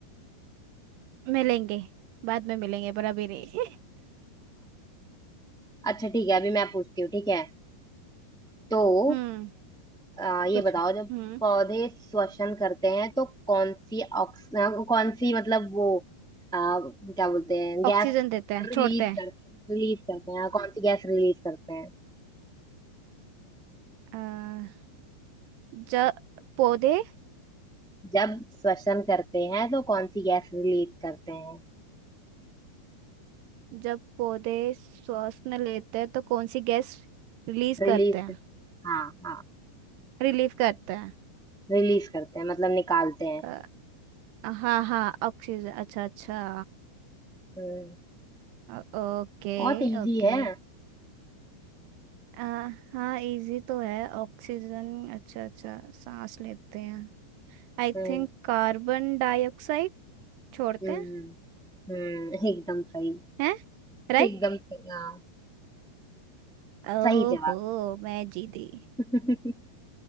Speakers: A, on the right (about 80°); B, in the centre.
A: मिलेंगे बाद में मिलेंगे पर अभी नहीं <laughs>
B: अच्छा ठीक है अभी मैं पूछती हूँ ठीक है तो
A: हम्म
B: आ, ये
A: पूछो
B: बताओ जब
A: हम्म
B: पौधे श्वसन करते हैं तो कौन सी ऑक्स आ, कौन सी मतलब वो आ, क्या बोलते हैं गैस
A: ऑक्सीजन देते हैं
B: रिलीज
A: छोड़ते
B: करते हैं रिलीज करते हैं हाँ, कौन सी गैस रिलीज करते हैं
A: हैं अ, जब पौधे
B: जब श्वसन करते हैं तो कौन सी गैस रिलीज करते हैं
A: जब पौधे श्वास न लेते हैं तो कौन सी गैस रिलीज
B: रिलीज
A: करते हैं
B: कर, हाँ हाँ
A: रिलीव करते हैं
B: रिलीज करते हैं मतलब निकालते हैं
A: अ, हाँ हाँ ऑक्सीजन अच्छा अच्छा
B: हम्म
A: अ, ओके
B: बहुत इजी
A: ओके
B: है
A: अ, हाँ इजी तो है ऑक्सीजन अच्छा अच्छा सांस लेते हैं आई
B: हम्म
A: थिंक कार्बन डाइऑक्साइड छोड़ते
B: हम्म
A: हैं
B: हम्म एकदम सही
A: हैं राइट
B: एकदम सही हाँ
A: ओहो
B: सही
A: मैं जीती
B: जवाब <laughs>